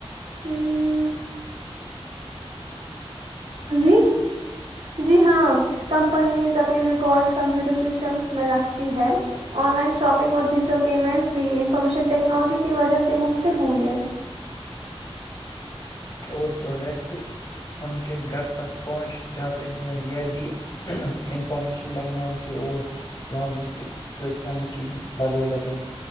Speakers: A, on the right (about 80°); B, on the left (about 45°).
A: ہوں <unintelligible> جی جی ہاں کمپنیز اپنے ریکارڈس کمپیوٹر سسٹمس میں رکھتی ہے آن لائن شاپنگ اور ڈیجیٹل پیمنٹس بھی انفارمیشن ٹیکنالوجی کی وجہ سے ممکن ہوئی ہے
B: اور پروڈکٹس ان کے گھر تک پہنچ جاتے ہیں یہ بھی انفارمیشن ٹیکنالوجی اور لاجسٹکس سسٹم کی بدولت ہے